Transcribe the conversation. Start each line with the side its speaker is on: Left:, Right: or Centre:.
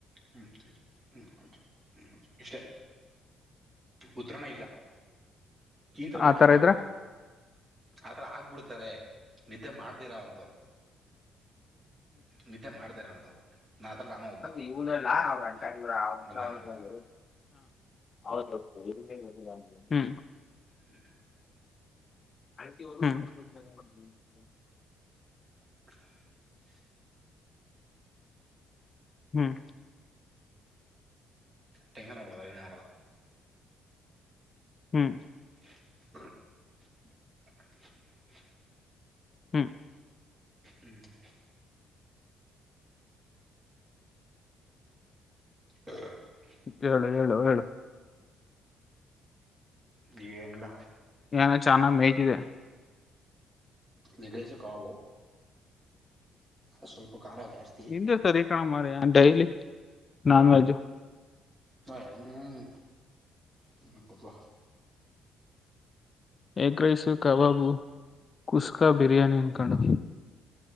Right: ಹ್ಞೂ ಆಯಿತು ಹ್ಮ್ ಹದು ಹ್ಮ್ ಇಷ್ಟೇ ಉತ್ತರಾಣ ಇಲ್ಲ ಈ ಥರ
Left: ಆ
Right: ಮೆಟ್ಲ್ಗಳಗ್ಬಿಡ್ತವೆ
Left: ತರ ಇದ್ರ
Right: ಆ ಥರ ಆಗ್ಬಿಡ್ತಾರೆ ನಿದ್ದೆ ಮಾಡ್ದಿರಾ ಅಂತವ್ರು ನಿದ್ದೆ ಮಾಡ್ದಿರಾ ಅಂತವ್ರು ನಾ ಅದ್ರಲ್ಲಿ ನಾನು ಒಬ್ಬ
Left: ಇನಲ್ಲ ಅವ್ರ ಅ
Right: ನಾನು
Left: ಅವ
Right: ಒಬ್ಬ
Left: ಅವ <unintelligible> ಹಾ <unintelligible> ಹ್ಮ್
Right: ಹ್ಮ <inaudible>
Left: ಹ್ಮ್
Right: <inaudible>
Left: ಹ್ಮ್
Right: ತೆಂಗಂಬಡ ಆಾಬಲ <unintelligible>
Left: ಹ್ಮ್
Right: <inaudible>
Left: ಹ್ಮ್
Right: ಹ್ಮ್ ಹಾ <inaudible>
Left: ಹೇಳು ಹೇಳು ಹೇಳು
Right: ಏನಿಲ್ಲ
Left: ಏನ ಚನ್ನ ಮೇಯ್ತಿದೆ
Right: ಎಗ್ ರೈಸ್ ಕಬಾಬು ಸ್ವಲ್ಪ ಖಾರ ಜಾಸ್ತಿ
Left: ನಿಂದೆ ಸರಿ ಕಣ ಮಾರಾಯ ಡೈಲಿ ನಾನ್ ವೆಜ್ಜು
Right: ಹ ಹ್ಮ್ ಸುಮ್ ಕುತ್ಕೋ
Left: ಎಗ್ ರೈಸ್ ಕಬಾಬು ಕುಸ್ಕಾ ಬಿರಿಯಾನಿ ಅನ್ಕೊಂಡು